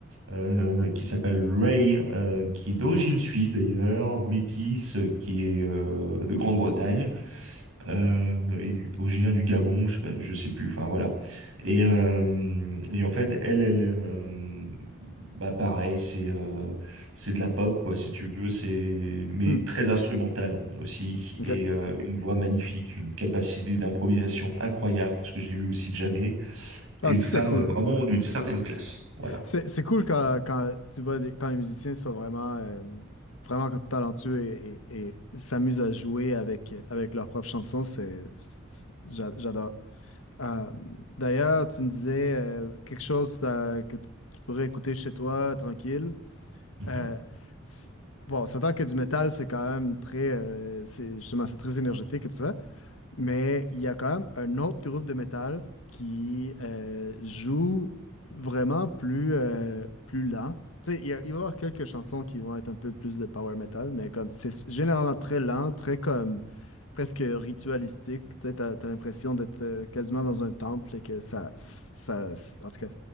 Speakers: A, on the right (about 80°); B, on the left (about 85°).
A: euh, qui s'appelle Ray, euh, qui est d'origine suisse d'ailleurs, métisse, euh, qui est euh, de Grande-Bretagne, euh, et du- originaire du Gabon, je sais pas, je sais plus, enfin voilà. Et, euh, et en fait, elle, elle, euh, bah pareil, c'est euh, c'est de la pop quoi, si tu veux, c'est mais
B: Hmm,
A: très instrumentale aussi,
B: ok.
A: et euh, une voix magnifique, une capacité d'improvisation incroyable, parce que je l'ai vu aussi de jamais, et
B: Ah,
A: une
B: ça
A: femme
B: c'est cool.
A: euh, vraiment d'une certaine classe, voilà.
B: C'est, c'est cool quand, quand tu vois des- quand les musiciens sont vraiment, euh, vraiment talentueux et, et- et s'amusent à jouer avec, avec leurs propres chansons. C'est, c'est- j'a- j'adore. Euh, d'ailleurs, tu me disais euh, quelque chose euh, que tu pourrais écouter chez toi, tranquille.
A: Mhm,
B: Euh, c- bon, on s'entend que du métal, c'est quand même très, euh, c'est justement, c'est très énergétique et tout ça, mais il y a quand même un autre groupe de métal qui euh, joue vraiment plus, euh, plus lent. Tu sais, il y a- il va y avoir quelques chansons qui vont être un peu plus de power metal, mais comme c'est s- généralement très lent, très comme presque ritualistique. Tu sais, t'as, t'as l'impression d'être euh, quasiment dans un temple et que ça, ça, en tout cas,